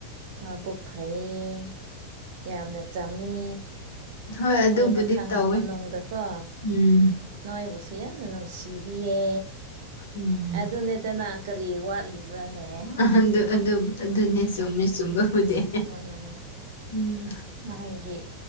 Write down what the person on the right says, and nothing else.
ꯃꯥꯕꯨꯛ ꯐꯩ ꯐꯩꯌꯦ ꯌꯥꯝꯅ ꯆꯝꯃꯤ
ꯑꯩꯅ ꯈꯪꯕ
ꯃꯅꯨꯡꯗꯀꯣ
ꯅꯣꯏꯕꯨꯁꯨ ꯌꯥꯝꯅ ꯅꯨꯡꯁꯤꯕꯤꯌꯦ
ꯑꯗꯨꯅꯦꯠ ꯗꯥꯅ ꯀꯔꯤ ꯋꯥꯠꯂꯤꯕ꯭ꯔꯥꯅꯦ
ꯎꯝ
ꯅꯣꯏꯒꯤ